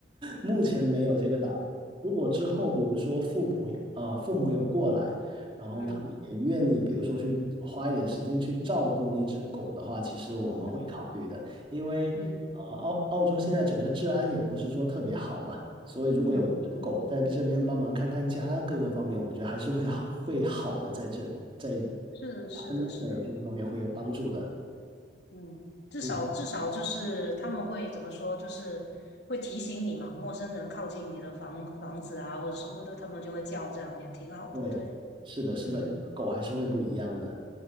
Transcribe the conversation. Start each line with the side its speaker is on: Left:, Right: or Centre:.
Right: 目前没有这个打算。如果之后，比如说父母有啊、父母有过来，然后他们也愿意，
Left: 嗯
Right: 比如说去花一点时间去照顾那只狗的话，其实我们会考虑的，
Left: 嗯
Right: 因为呃，
Left: 嗯
Right: 澳澳洲现在整个治安也不是说特别好嘛，所以如果有只狗在这边帮忙看看家各个方面，
Left: 嗯嗯，
Right: 我觉得还是会好会好的，在这在
Left: 是是的，
Right: 安对这个方面会有帮助的。
Left: 是的。嗯，至少至少就是他们会怎么说，
Right: 嗯，
Left: 就是会提醒你嘛，陌生人靠近你的房房子啊或者什么的，他们就会叫，这样也挺好的。
Right: 对，
Left: 对，
Right: 是的，是的，
Left: 嗯，
Right: 有个狗还是会不一样的。